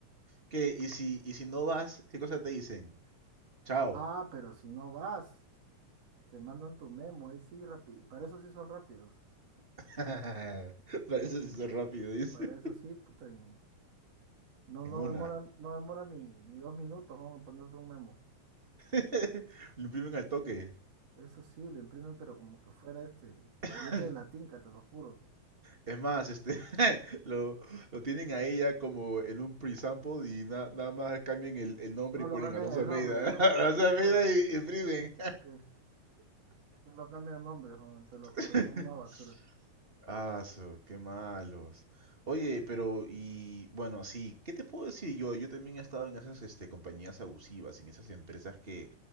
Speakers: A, on the right (about 20°); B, on the right (about 55°).
A: ¿Qué? ¿Y si y si no vas, qué cosa te dicen? Chao.
B: Ah, pero si no vas, te mandan tu memo, ahí sí, rápido. Para eso sí son rápidos.
A: <laughs> Para eso se hizo rápido, dice.
B: Para eso sí, puta, en- no,
A: En
B: no
A: una.
B: demoran, no demoran ni, ni dos minutos, vamos a ponerte un memo.
A: <laughs> Lo imprimen al toque.
B: Eso sí, lo imprimen, pero como que fuera este
A: <laughs>
B: billete de la tinca, te lo juro.
A: Es más, este <laughs> lo, lo tienen a ella como en un pre-sample y na- nada más cambian el, el nombre
B: Solo
A: y ponen
B: cambian
A: Alonso
B: el
A: Almeida.
B: nombre, hermano,
A: <laughs> Alonso
B: te lo
A: Almeida
B: juro.
A: y y imprimen.
B: Sí, solo cambian el nombre, Juan, te lo
A: <laughs>
B: juro, son una basura.
A: Aso, qué malos. Oye, pero y bueno, sí, ¿qué te puedo decir yo? Yo también he estado en esas este, compañías abusivas, en esas empresas que